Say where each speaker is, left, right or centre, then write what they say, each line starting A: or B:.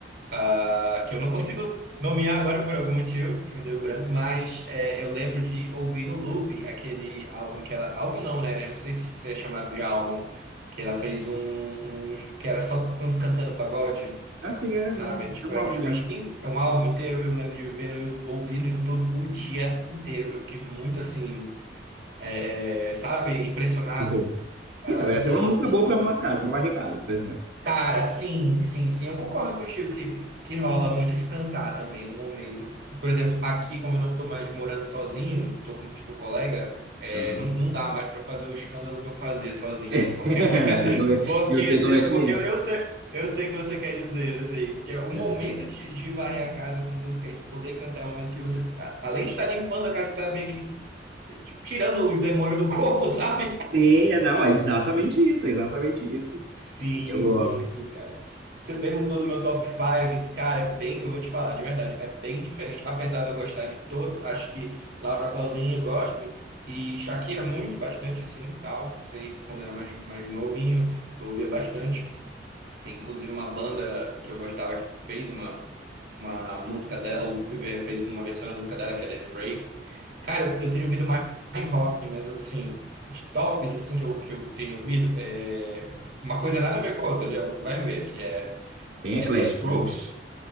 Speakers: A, on the right (about 60°); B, on the right (about 80°).
A: ah, que eu não <laughs> consigo nomear agora por algum motivo, que me deu branco, mas é, eu lembro de ouvir no loop aquele álbum que ela, álbum não, né, eu não sei se é chamado de álbum, que ela fez um, uns- que era só can- cantando pagode.
B: É Assim, é,
A: Sabe?
B: é um,
A: É, Tipo,
B: é um
A: é
B: álbum
A: acho
B: mesmo.
A: que umas 15, é um álbum inteiro, eu lembro de ver no, Yu- ouvir no YouTube o dia inteiro. Eu fiquei muito assim, é, sabe, impressionado
B: <laughs>
A: com
B: Então,
A: ela
B: essa
A: cantando.
B: é uma música boa para arrumar casa, para varrer casa, por exemplo.
A: Cara, sim, sim, sim. Eu concordo contigo que, que rola muito de cantar também um momento. Por exemplo, aqui, como eu não tô mais morando sozinho, tô com, tipo, colega, é,
B: Aham.
A: não, não dá mais pra fazer o escândalo que eu fazia sozinho,
B: <laughs>
A: pô.
B: Eu
A: <laughs>
B: sei como é,
A: Porque,
B: eu sei
A: se-
B: como é que
A: porque
B: é.
A: eu, eu sei, eu sei o que você quer dizer, eu sei. Que é o
B: Eu
A: momento
B: sei.
A: de, de varrer a casa com música e poder cantar é o momento que você, tá- além de estar limpando a casa, você tá meio que tipo, tirando os demônios do corpo, <laughs> sabe?
B: Tem, é, não, é exatamente isso, é exatamente isso.
A: Sim,
B: Eu gosto.
A: sim, sim, cara. Você perguntou do meu top 5, cara, é bem, eu vou te falar, de verdade, é bem diferente. Apesar de eu gostar de todo, acho que Laura Pausini eu gosto, e Shakira muito, bastante, assim, tal. Sei, quando eu era mais, mais novinho, eu ouvia bastante. Tem inclusive uma banda que eu gostava que fez uma, uma música dela, ou, eh, fez uma versão da música dela, que é The Fray. Cara, eu, eu tenho ouvido mais mais rock, mas assim, de tops assim que eu, que eu tenho ouvido, é uma coisa nada a ver com a outra, já vai ver, que é,
B: Bem eclético,
A: é The Strokes,
B: né?